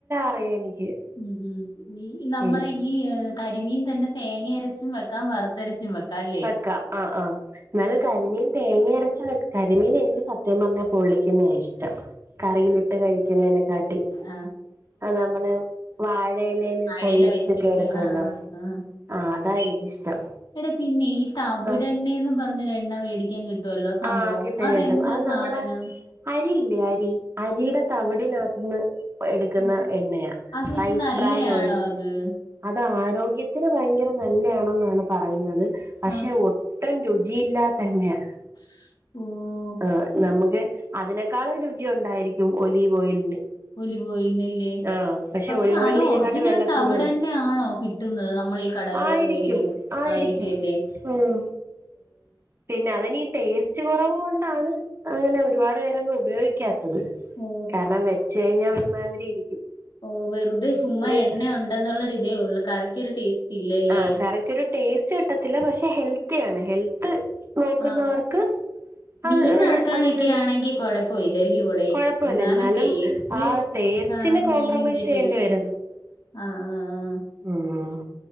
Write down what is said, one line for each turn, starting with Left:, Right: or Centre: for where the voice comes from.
Right: <unintelligible> എനിക്ക്
Left: ഉം ഉം നമ്മളെ
Right: പിന്നെ
Left: ഈ യ് കരിമീൻ തന്നെ തേങ്ങ അരച്ചും വെക്കാം, വറുത്തരച്ചും വെക്കാം. അല്ലേ
Right: വെക്കാം. ആഹ് ആഹ എന്നാല് കരിമീൻ തേങ്ങ അരച്ച് വെക്കാ. കരിമീൻ എനിക്ക് സത്യം പറഞ്ഞ പൊള്ളിക്കുന്നയാ ഇഷ്ടം. കറിയിലിട്ട് കഴിക്കുന്നതിനെകാട്ട്.
Left: ആ
Right: ആ നമ്മള് വാഴലേല്
Left: വാഴയില
Right: പൊള്ളിച്ചൊക്കെ
Left: വെച്ചിട്ട്
Right: എടുക്കുവല്ലോ.
Left: ആഹ് ആഹ് ആഹ്
Right: ആ അതാ എനിക്കിഷ്ടം.
Left: എടാ പിന്നെ ഈ തവിടണ്ണേന്ന്‌
Right: ആഹ്
Left: പറഞ്ഞ എണ്ണ മേടിക്കാൻ കിട്ടും വല്ലോ സംഭവം.
Right: ആഹ് കിട്ടും
Left: അതെന്തോ
Right: കിട്ടും അത്
Left: സാധനം?
Right: നമ്മുടെ അരിയില്ലേ അരി അരിയുടെ തവിടിനകത്തന്ന്, എടുക്കുന്ന
Left: ഓ
Right: എണ്ണയാ
Left: അത് പക്ഷെ
Right: റൈസ്
Left: നല്ലയാണോ
Right: ബ്രാൻഡ് ഓയില്.
Left: അത്
Right: അത് ആരോഗ്യത്തിന് ഭയങ്കര നല്ലയാണെന്നാണ് പറയുന്നത്. പക്ഷെ
Left: ആ
Right: ഒ ട്ടും രുചിയില്ലാത്ത എണ്ണയാണ്.
Left: ശ് ഓ.
Right: ആ നമുക്ക് അതിനേക്കാളം രുചി ഉണ്ടായിരിക്കും ഒലീവ് ഓയിലിന്.
Left: ഒലിവ് ഓയില്ലല്ലേ.
Right: ആഹ്
Left: പക്ഷെ
Right: ഒലിവ് ഓയിലിന്
Left: അത്
Right: ഇതിനെക്കാട്ടി
Left: ഒറിജിനൽ
Right: വില
Left: തവിടെണ്ണ
Right: കൂടുതലാ
Left: ആണോ കിട്ട കിട്ടുന്നത്, നമ്മളി കടകളിലൊക്കെ
Right: ആയിരിക്കും
Left: മേടിക്കും
Right: ആയിരിക്കും
Left: ആയിരിക്കുംല്ലേ.
Right: ഉം പിന്നെ അതിനി ടേസ്റ്റ് കുറവു കൊണ്ടാണ്, അങ്ങനെ ഒരുപാട് പേരൊന്നും ഉപയോഗിക്ക ത്തത്.
Left: ഓ
Right: കാരണം വെച്ച് കഴിഞ്ഞാ ഒരുമാതിരി ഇരിക്കും.
Left: ഓ വെറുതെ ചുമ്മാ
Right: ഒരു
Left: എണ്ണ ഉണ്ടെന്നുള്ളൊരു ഇതേ ഉള്ളൂ. കറിക്കൊരു ടേസ്റ്റ് ഇല്ലല്ലേ
Right: ആഹ കറിക്കൊരു ടേസ്റ്റ് കിട്ടത്തില്ല. പക്ഷെ ഹെൽത്തിയാണ്. ഹെൽത്ത് നോക്കുന്നവർക്ക്
Left: ആ മീൻ
Right: അത്
Left: വറക്കാനൊക്കെ
Right: അത് ഉപയോഗി
Left: ആണെങ്കി കൊഴപ്പല്ലല്ല്യോടെ,
Right: കുഴപ്പമില്ല
Left: എന്നാലും ടേസ്റ്റ്
Right: ആ ടേസ്റ്റിന്
Left: <unintelligible> മീനിന്റെ
Right: കോംപ്രമൈസ് ചെയ്യേണ്ടി
Left: ടേസ്റ്റണ്ട്. ആ ആ ആ
Right: മം.